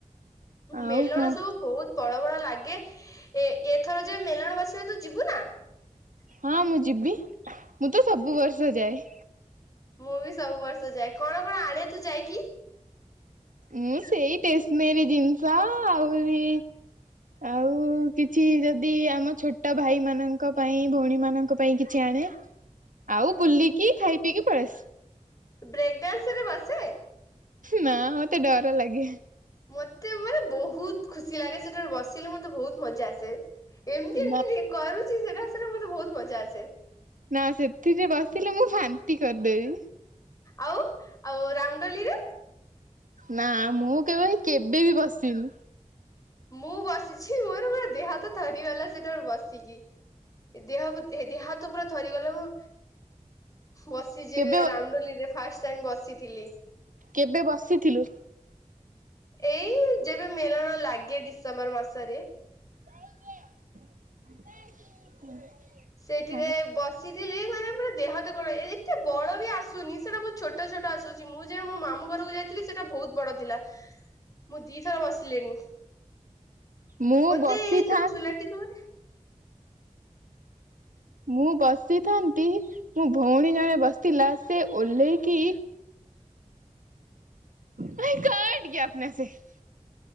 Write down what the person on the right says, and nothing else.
ଆଉ
କଣ
ହଁ, ମୁଁ ଯିବି। ମୁଁ ତ ସବୁ ବର୍ଷ ଯାଏ।
ଉଁ ସେଇ ଟେସନେରି ଜିନିଷ, ଆହୁରି ଆଉ କିଛି ଯଦି ଯଦି ଆମ ଛୋଟ ଭାଇମାନାନଙ୍କ ପାଇଁ, ଭଉଣୀ ମାନଙ୍କ ପାଇଁ କିଛି ଆଣେ ଆଉ ବୁଲିକି, ଖାଇ ପିଇକି, ପଳେଇ ଆସେ।
ନା, ମତେ ଡର ଲାଗେ।
ନା
ନା, ସେଥିରେ ବସିଲେ ମୁଁ ବାନ୍ତି କରିଦେବି।
ନା, ମୁଁ କେବେ କେବେ ବି ବସିନି।
କେବେ
କେବେ ବସିଥିଲୁ?
<inaudible>
ଆଉ
ମୁଁ
ବସିଥାନ୍ତି
ମୁଁ ବସିଥାନ୍ତି, ମୋ ଭଉଣୀ ଜଣେ ବସିଥିଲା, ସେ ଓହ୍ଲେଇକି ଭାଇ କାଟ ଗୟା ଅପନେ ସେ <unintelligible>